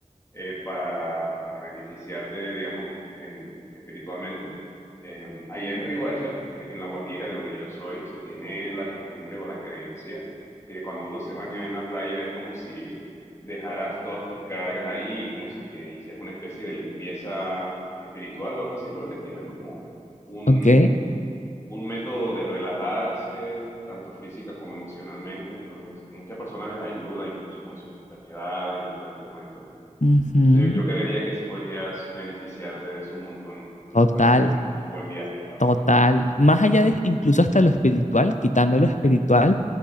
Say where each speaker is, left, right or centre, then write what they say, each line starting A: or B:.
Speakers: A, on the left (about 20°); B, on the left (about 65°).
A: eh, para, para beneficiarte, digamos, en- espiritualmente. Eh, allá en Riohacha, en, en La Guajira, de donde yo soy, se tiene la costumbre o la creencia de que cuando uno se baña en la playa es como si dejaras todas tus cargas ahí, como si te hicieras una especie de limpieza espiritual o algo así por el estilo. Es como un,
B: ¿Ok?
A: un método de relajarse, tanto física como emocionalmente. Entonces, a muchas personas les ayuda incluso con sus enfermedades y todo este cuento.
B: Ujú,
A: Entonces yo, yo creería que sí podrías beneficiarte de eso un montón. Entonces
B: Total.
A: podría ser un, un buen viaje para
B: Total,
A: ti.
B: más allá de incluso hasta lo espiritual, quitando lo espiritual,